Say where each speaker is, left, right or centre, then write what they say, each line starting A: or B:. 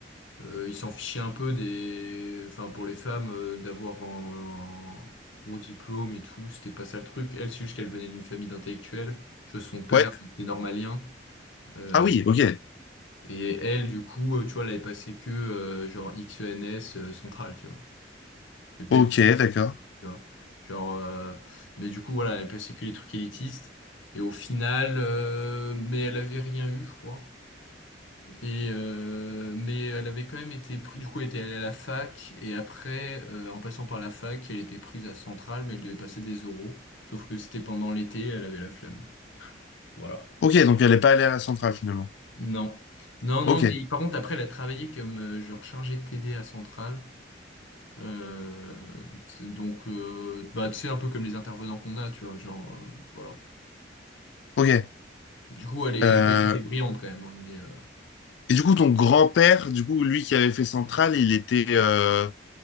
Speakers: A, on the left (about 85°); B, on the left (about 70°).
A: Euh, ils s'en fichaient un peu des, enfin pour les femmes euh, d'avoir un, un gros diplôme et tout, c'était pas ça le truc. Elle, c'est juste qu'elle venait d'une famille d'intellectuels. Tu vois, son père
B: Ouais.
A: était normalien. Euh,
B: Ah oui, ok.
A: et elle, du coup, euh, tu vois, elle avait passé que euh, genre XENS euh, central, tu vois. Et Peut-être,
B: Ok,
A: tu
B: d'accord.
A: vois. Genre, euh, mais du coup, voilà, elle passait que les trucs élitistes. Et au final, euh, mais elle avait rien eu, je crois. Et euh, mais elle avait quand même été prise, du coup elle était allée à la fac, et après, euh, en passant par la fac, elle était prise à Centrale, mais elle devait passer des oraux, sauf que c'était pendant l'été, elle avait la flemme. Voilà.
B: Ok, donc elle n'est pas allée à la centrale finalement.
A: Non. Non, non,
B: Ok,
A: mais par contre après elle a travaillé comme euh, genre chargée de TD à Centrale. Euh, c'est- donc euh, bah tu sais un peu comme les intervenants qu'on a, tu vois, genre euh, voilà.
B: ok.
A: Du coup elle, est-
B: Euh,
A: elle était, elle était brillante quand même, hein, mais euh,
B: et du coup, ton grand-père, du coup, lui qui avait fait Centrale, il était, euh,